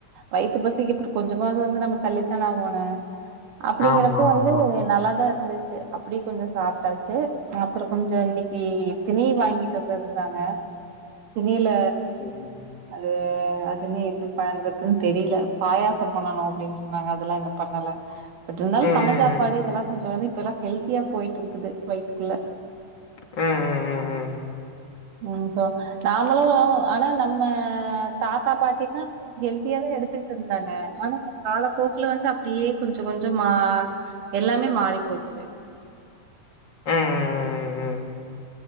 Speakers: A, on the right (about 85°); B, on the left (about 35°).
A: வயித்து பசிக்கு எப்டியு கொஞ்சமாவ்து வந்து நம்ம தள்ளித்தான ஆகோணு அப்பிடிங்கிறப்போ
B: ஆமா,
A: வந்து
B: ஆமா.
A: நல்லாதா இருந்துச் சு அப்டியே கொஞ்ச சாப்ட்டாச்சு அ அப்பறோ கொஞ்ச இன்னைக்கி திணை வாங்கிட்டு வந்திர்ந்தாங்க திணைல
B: ம்.
A: அது அதுன்னா என்ன பண்றதுன் தெரில பாயாசம் பண்ணனு அப்டின் சொன்னாங்க அதுலா இன்னு பண்ணல பட் ருந்தாலு
B: ம்.
A: கம்மஞ் சாப்பாடு இதெல்லா கொஞ்சோ வந்து இப்பெல்லா ஹெல்த்தியா போய்ட்டுருக்குது வயித்துக்குள்ள
B: ம். ம். ம்.
A: ம் சோ நாமளு ஆனா நம்ம தாத்தா, பாட்டினா ஹெல்த்தியா தா எடுத்துக்ட்ருந்தாங்க ஆனா காலப்போக்குல வந்து அப்டியே கொஞ்ச கொஞ்சமா எல்லாமே மாறி போச்சு
B: ம் ம் ம் ம்